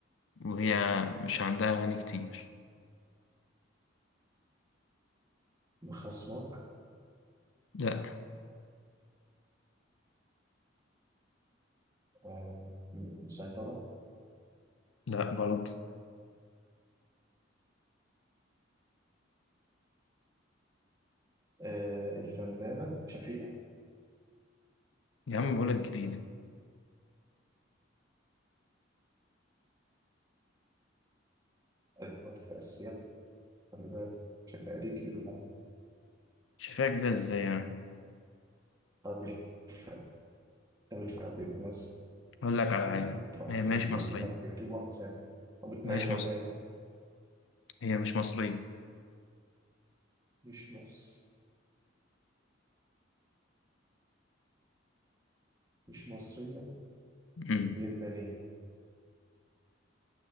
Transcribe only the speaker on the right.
مخصناك
آه م- مسيطرة
آه الفنانة شفيقة
أدوات في الأساسيات خلي بالك شفيقة دي جديدة
طب الف- طب الفئة بتمثل
بتروح
وتيجي
ولا أنا في اليوتيوب وأنا بتنام قامت
نايمة
تاني
مش مصر مش مصرية
لبنانية